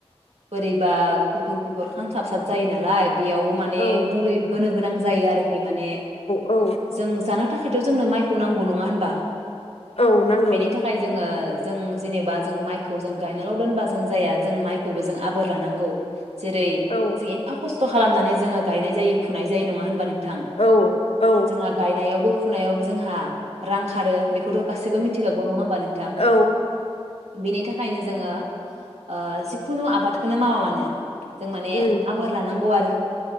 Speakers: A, on the right (about 85°); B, on the left (about 70°).
A: बोरैबा गुफुर गुफुर खामसाब साब जायो नालाय। बेयावबो माने
B: औ
A: मुलि होनो गोनां जायो आरो माने
B: औ
A: जों जानो थाखायथ' जोंनो माइखौ नांगौ नङा होनबा?
B: औ नांगौ
A: बेनि थाखाय जोङो जों जेनेबा जों माइखौ जों गायनाल' दोनबा जों जाया। जों माइखौबो जों आबोर लानांगौ। जेरै
B: औ
A: जों एफा खस खालामनानै जोङो गायनाय जायो फुनाय जायो नङा होनब नों थां
B: औ औ
A: जोंहा गायनायावबो फुनायावबो जोंहा रां खारो बेखौथ' गासैबो मिथिखागौ नङा होमबा नोंथां।
B: औ
A: बिनि थाखायनो जोङो ओ जिखुनु आबादखौनो मावा मानो जों माने
B: उम
A: आबोर लानांगौ आरो